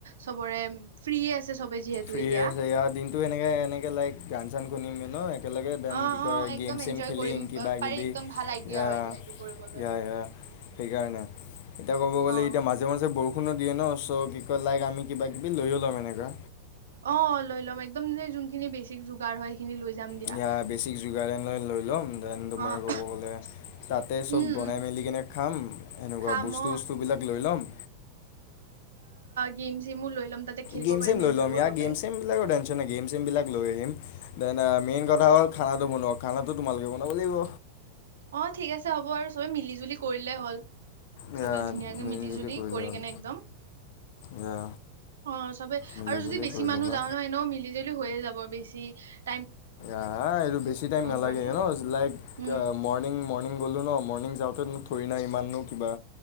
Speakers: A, on the right; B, on the left.
A: চবৰে ফ্ৰি আছে চবে যিহেতু
B: ফ্ৰি
A: এতিয়া
B: আছে ইয়াৰ দিনটো এনেকে এনেকে লাইকান কান কনিমে ন একেলগে দেন
A: অ',
B: কি কয়
A: অ', একদম
B: গেম চেম
A: এনজয়
B: খেলিম
A: কৰিম
B: কিবাকিবি
A: পাৰি একদম
B: ইয়া
A: ভাল আইডিয়া হয় দিয়া এইটো কৰিবলৈ
B: ইয়া সেইকাৰণে এতিয়া ক'ব গ'লে
A: অ',
B: এতিয়া মাজে মাজে বৰষু ফোনো দিয়ে ন চ' কি কয় লাইক আমি কিবা কিবি লৈয়ো ল'ম এনেকুৱা
A: অ অ লৈ ল'ম একদম ন যোনখিনি বেছিক যোগাৰ হয়। সেইখিনি লৈ যাম দিয়া
B: ই বেছিক যোগাৰ লৈ লৈ ল' দেন তোমাৰ
A: অ',
B: ক'ব গ'লে তাতে চব
A: উম,
B: বনাই
A: উম,
B: মেলি কিনে খাম এনেকুৱা
A: খাম
B: বস্তু
A: অ'।
B: চস্তূবিলাক লৈ ল'ম
A: কিম চিমো লৈ ল'ম তাতে খেলিব
B: গেম
A: পাৰিম
B: চেম
A: এনজয়
B: লৈ লম
A: কৰিব
B: ইয়াৰ গেম
A: পাৰিম।
B: চেম বিলাকৰ টেনচন গেম চেম বিলাক লৈ আহিম দেন মেইন কথা হ'ল খানাটো বনোৱা খানাটো তোমালোকে বনাব লাগিব
A: অ ঠিক আছে হ'ব আৰু চবে মিলি জুলি কৰিলেই হ'ল।
B: এয়া
A: চবে ধুনীয়াকে
B: মিলিজুলি
A: মিলি জুলি
B: কৰিলে
A: কৰি
B: হ'ল
A: কেনে একদম
B: এয়া
A: অ চবেই
B: মিলিজুলি
A: আৰু যদি বেছি
B: কৰি
A: মানুহ
B: ল'বা
A: যাওঁ ন এনেও মিলি জুলি হৈয়ে যাব বেছি। দি
B: আহ এইটো বেছি টাইম নালাগে
A: কৰিলে
B: হেন লাইক
A: উম
B: মৰ্ণিং মৰ্ণিং গলো ন মৰ্ণিং যাওঁতে ধৰি না ইমাননো কিবা